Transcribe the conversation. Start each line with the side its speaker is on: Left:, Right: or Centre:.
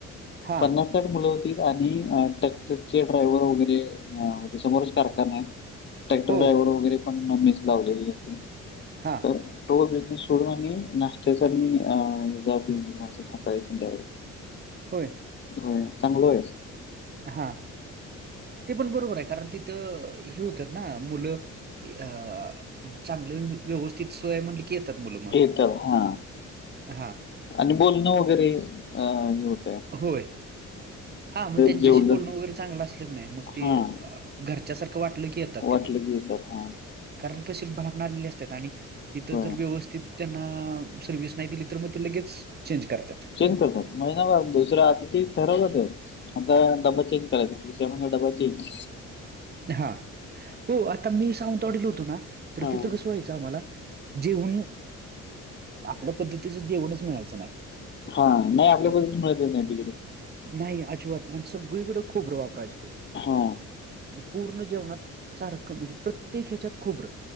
Right: हां
Left: पन्नास मुलं होती. आणि ट्रॅक्टरचे ड्रायव्हर वगैरे हा. हो ते समोरच कारखानाय. ट्रॅक्टर
Right: हो
Left: ड्रायव्हर वगैरे पण आम्हीच लावलेली असे.
Right: हा.
Left: तर, तो बिझनेस सोडून आम्ही, नाश्त्याचा आणि अ हेजा बिझनेस <unintelligible>
Right: होय
Left: <unintelligible> होय. चांगल व्हायचं.
Right: हा. ते पण बरोबरय. कारण, तिथं हे होतात ना. मुलं अ चांगले व्यवस्थ स्थित सोय म्हणलं की, येतात मुल म.
Left: येतात हा
Right: हा.
Left: आणि बोलणं वगैरे. अ हे होत
Right: होय. हा मग त्यांच्याशी
Left: जेवलं
Right: बोलणं वगैरे चांगलं असलं कनाय मग ते
Left: हा
Right: घरच्या सारखं वाटलं की येतात
Left: वाटलं
Right: तिथं.
Left: की येतात हां
Right: कारण कसे बाहेरून आलेले असतात आणि ईथं
Left: होय.
Right: जर व्यवस्थित त्यांना, सर्व्हिस नाही दिली तर मग ते, लगेच चेंज करतात.
Left: चेंज करतात. महिनाभर दुसर. आता ठरवलं ते आता डबा चेंज करायचा. पुढच्या म्हणजे डबा चेंज.
Right: हा. हो आता मी सावंतवाडीला होतो ना, तर
Left: हां.
Right: तिथं कसं व्हायचं आम्हाला. जेवण, आपल्या पद्धतीचं जेवणच मिळायचं नाही.
Left: हा. नाही आपल्या
Right: मग
Left: पद्धतीचं मिळतच नाही तिकडे.
Right: नाही अजिबात. आणि सगळीकडे खोबरं वापरायचे ते.
Left: हा.
Right: पूर्ण जेवणात. सारखं म्हणजे, प्रत्येक ह्याच्यात खोबरं.